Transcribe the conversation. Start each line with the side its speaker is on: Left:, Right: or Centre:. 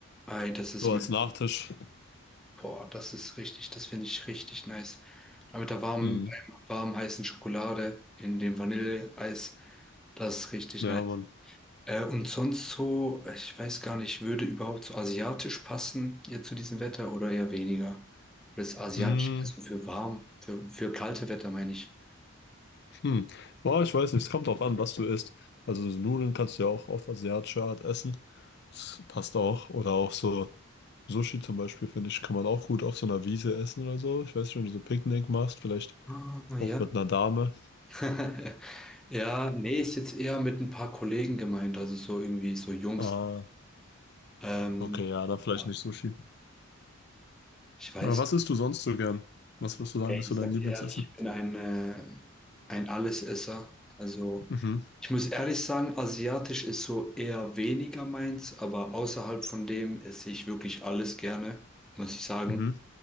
Centre: Ei, das ist
Left: So
Centre: mein.
Left: als Nachtisch.
Centre: Boah, das ist richtig, das finde ich richtig nice. Aber mit der warmen,
Left: Mhm.
Centre: warm heißen Schokolade in dem Vanilleeis, das ist richtig
Left: Ja,
Centre: nice.
Left: Mann.
Centre: Äh, und sonst so, ich weiß gar nicht, würde überhaupt so asiatisch passen jetzt zu diesem Wetter oder eher weniger? Oder ist asiatisch
Left: Mhm.
Centre: eher so für warm, für, für kalte Wetter meine ich.
Left: Hm. Boah, ich weiß nicht, es kommt drauf an, was du isst. Also so Nudeln kannst du ja auch auf asiatische Art essen. Das passt auch. Oder auch so Sushi zum Beispiel, finde ich, kann man auch gut auf so einer Wiese essen oder so. Ich weiß nicht, wenn du so Picknick machst, vielleicht
Centre: Ah, ja.
Left: auch mit einer Dame.
Centre: <laughs> Ja, nee, ist jetzt eher mit ein paar Kollegen gemeint, also so irgendwie so Jungs.
Left: Ah,
Centre: Ähm,
Left: okay, ja, dann vielleicht
Centre: ja,
Left: nicht Sushi.
Centre: ich weiß
Left: Aber was isst du sonst so gern? Was würdest du sagen,
Centre: Ja,
Left: ist
Centre: ich
Left: so dein
Centre: sag
Left: Lieblingsessen?
Centre: dir ehrlich, ich bin ein, äh, ein Allesesser. Also
Left: Mhm,
Centre: ich muss ehrlich sagen, asiatisch ist so eher weniger meins, aber außerhalb von dem esse ich wirklich alles gerne, muss ich sagen.
Left: mhm,